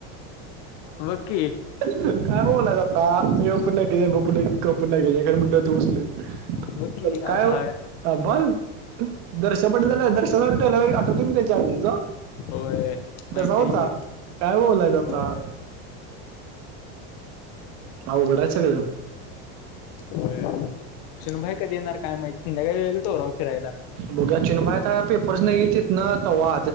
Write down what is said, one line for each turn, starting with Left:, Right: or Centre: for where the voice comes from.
Left: बघ की.
Right: काय बोलायच आता मीय पण नाही ब पण क पण नाही गेले काय म्हणलं तुसले.
Left: बघ की
Right: तर काय
Left: आभाळ
Right: ओ? अ बल दर्शापट झालं दर्शनावर टेवला आठवतून त्यांच्या आजीचा.
Left: होय माहिती
Right: कसा होता
Left: आहे की
Right: काय बोलायचं आता.
Left: होय
Right: अवघडच सगळं.
Left: होय चिनूभाई कधी येणार काय माहित. संध्याकाळी जाऊया की डोंगराव फिरायला.
Right: बघूया चिनू भैया आता पेपर असं येईल तीतना तवा